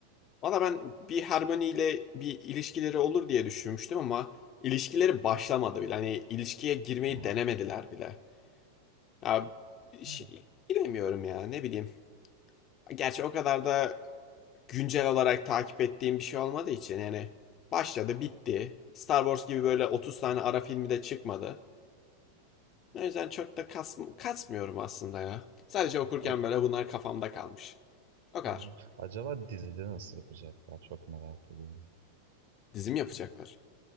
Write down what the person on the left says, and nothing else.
Valla ben bir Hermione ile bir ilişkileri olur diye düşünmüştüm ama ilişkileri başlamadı bile. Hani ilişkiye girmeyi
denemediler bile. Ya, şey-
bilemiyorum ya ne bileyim. Gerçi o kadar da güncel olarak takip ettiğim bir şey olmadığı için yani başladı bitti. Star Wars gibi böyle 30 tane ara filmi de çıkmadı. O yüzden çok da kas, kasmıyorum aslında ya. Sadece okurken
böyle bunlar kafamda kalmış. O kadar.
Dizim yapacaklar.